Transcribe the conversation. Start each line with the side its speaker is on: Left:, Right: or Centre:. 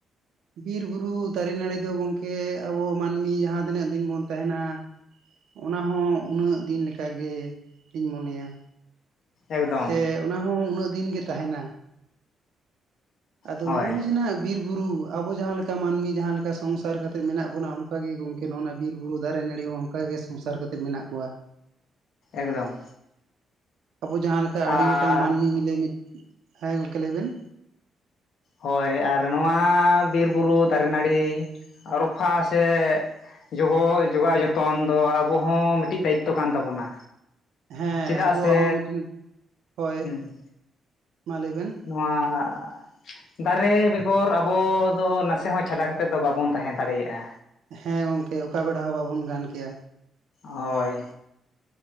Right: ᱵᱤᱨ ᱵᱩᱨᱩ ᱫᱟᱨᱮ ᱱᱟᱹᱲᱤ ᱫᱚ ᱜᱚᱢᱠᱮ ᱟᱵᱚ ᱢᱟᱹᱱᱢᱤ ᱡᱟᱦᱟᱸ ᱛᱤᱱᱟᱹᱜ ᱫᱤᱱ ᱵᱚᱱ ᱛᱟᱦᱮᱸᱱᱟ, ᱚᱱᱟ ᱦᱚᱸ ᱩᱱᱟᱹᱜ ᱫᱤᱱ ᱞᱮᱠᱟ ᱜᱮ ᱤᱧ ᱢᱚᱱᱮᱭᱟ᱾
Left: ᱮᱠᱫᱚᱢ
Right: ᱥᱮ ᱚᱱᱟ ᱦᱚᱸ ᱩᱱᱟᱹᱜ ᱫᱤᱱ ᱜᱮ ᱛᱟᱦᱮᱸᱱᱟ᱾ ᱟᱫᱚ
Left: ᱦᱳᱭ
Right: ᱱᱚᱜᱼᱚᱭ ᱡᱮ ᱱᱟᱸᱜ ᱵᱤᱨ ᱵᱩᱨᱩ ᱟᱵᱚ ᱡᱟᱦᱟᱸ ᱞᱮᱠᱟ ᱢᱟᱹᱱᱢᱤ ᱡᱟᱦᱟᱸ ᱞᱮᱠᱟ ᱥᱚᱝᱥᱟᱨ ᱠᱟᱛᱮᱫ ᱢᱮᱱᱟᱜ ᱵᱚᱱᱟ, ᱚᱱᱠᱟᱜ ᱜᱮ ᱜᱚᱝᱠᱮ ᱱᱚᱜᱼ ᱵᱤᱨᱵᱩᱨᱩ ᱫᱟᱨᱮ ᱱᱟᱹᱲᱤ ᱦᱚᱸ ᱚᱱᱠᱟᱜᱮ ᱥᱚᱝᱥᱟᱨ ᱠᱟᱛᱮᱫ ᱢᱮᱱᱟᱜ ᱠᱚᱣᱟ᱾
Left: ᱮᱠᱫᱚᱢ᱾
Right: ᱟᱵᱚ ᱡᱟᱦᱟᱸ ᱞᱮᱠᱟ ᱟᱹᱰᱤ
Left: ᱟᱨ
Right: ᱜᱚᱴᱟᱝ ᱢᱟᱹᱱᱢᱤ ᱢᱤᱞᱮ ᱢᱤᱫ ᱦᱮᱸ ᱜᱚᱢᱠᱮ ᱞᱟᱹᱭᱵᱮᱱ᱾
Left: ᱦᱳᱭ ᱟᱨ ᱱᱚᱣᱟ ᱵᱤᱨ ᱵᱩᱨᱩ ᱫᱟᱨᱮ ᱱᱟᱹᱲᱤ ᱨᱚᱯᱷᱟ ᱥᱮ ᱡᱚᱜᱚ ᱡᱚᱜᱟᱣ ᱡᱚᱛᱚᱱ ᱫᱚ ᱟᱵᱚᱦᱚᱸ ᱢᱤᱫᱴᱤᱡ ᱫᱟᱭᱤᱛᱚ ᱠᱟᱱ ᱛᱟᱵᱚᱱᱟ᱾
Right: ᱦᱮᱸ
Left: ᱪᱮᱫᱟᱜ
Right: ᱟᱵᱚᱣᱟᱜ
Left: ᱥᱮ
Right: ᱦᱚᱸ ᱢᱤᱫᱴᱮᱱ ᱦᱳᱭ
Left: ᱦᱩᱸ
Right: ᱢᱟ ᱞᱟᱹᱭ ᱵᱮᱱ᱾
Left: ᱱᱚᱣᱟ ᱫᱟᱨᱮ ᱵᱮᱜᱚᱨ ᱟᱵᱚᱫ ᱫᱚ ᱱᱟᱥᱮ ᱦᱚᱸ ᱪᱷᱟᱰᱟ ᱠᱟᱛᱮᱫ ᱫᱚ ᱵᱟᱵᱚᱱ ᱛᱟᱦᱮᱸ ᱫᱟᱲᱮᱭᱟᱜ-ᱟ᱾
Right: ᱦᱮᱸ ᱜᱚᱝᱠᱮ ᱚᱠᱟ ᱵᱮᱲᱟ ᱦᱚᱸ ᱵᱟᱵᱚᱱ ᱜᱟᱱ ᱠᱮᱭᱟ᱾
Left: ᱦᱳᱭ